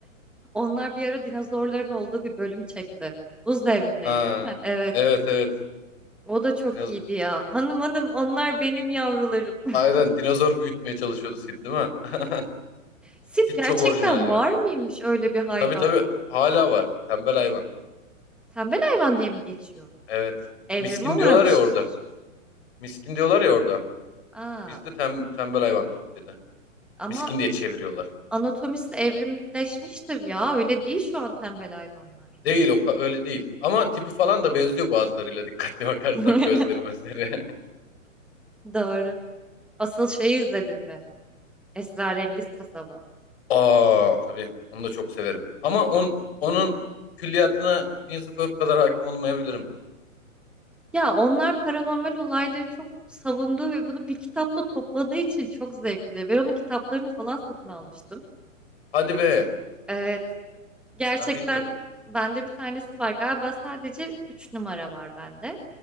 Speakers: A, in the centre; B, on the left.
A: Onlar bir ara dinozorların olduğu bir bölüm çekti. Buz devrindeydi
B: Ha,
A: değil mi? Evet.
B: evet evet.
A: O da çok
B: Dinoz
A: iyiydi ya. Hanım hanım onlar benim yavrularım. <laughs>
B: Aynen dinozor büyütmeye çalışıyordu Sid değil mi? <laughs>
A: Sit
B: Sid
A: gerçekten
B: çok orijinal ya.
A: var mıymış öyle bir hayvan?
B: Tabii tabii hala var. Tembel hayvan.
A: Tembel hayvan diye mi geçiyor?
B: Evet.
A: Evrime
B: Miskin
A: uğramıştır.
B: diyorlar ya orada. Miskin diyorlar ya orada.
A: Aa,
B: Bizde tem, tembel hayvan Türkçe'de.
A: ama
B: Miskin diye çeviriyorlar.
A: Anatomisi evrimleşmiştir ya. Öyle değil şu an tembel hayvanlar.
B: Değil o ka- öyle değil. Ama tipi falan da benziyor bazılarıyla dikkatli <laughs> bakarsan
A: <laughs>
B: gözleri mözleri.
A: Doğru. Asıl şeyi izledin mi? Esrarengiz Kasaba.
B: <laughs> Aa tabii onu da çok severim. Ama on, onun külliyatına Prince of Earth kadar hakim olmayabilirim.
A: Ya onlar paranormal olayları çok savundu ve bunu bir kitapta topladığı için çok zevkli. Ben onun kitaplarını falan satın almıştım.
B: Hadi be
A: Evet. Gerçekten
B: ben bilmiyordum.
A: bende bir tanesi var. Galiba sadece 3 numara var bende.